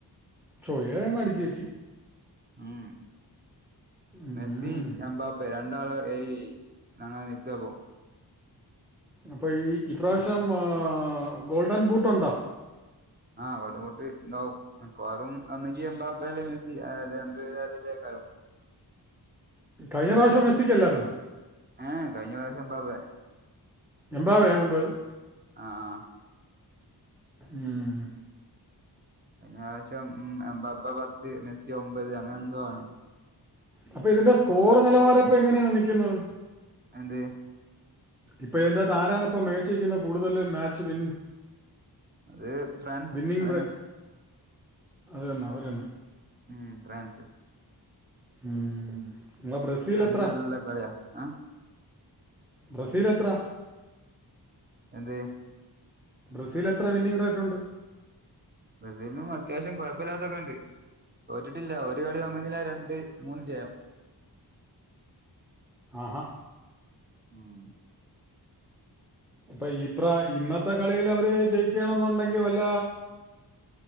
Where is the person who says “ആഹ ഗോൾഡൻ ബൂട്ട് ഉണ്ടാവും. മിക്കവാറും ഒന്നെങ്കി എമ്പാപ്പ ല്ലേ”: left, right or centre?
Right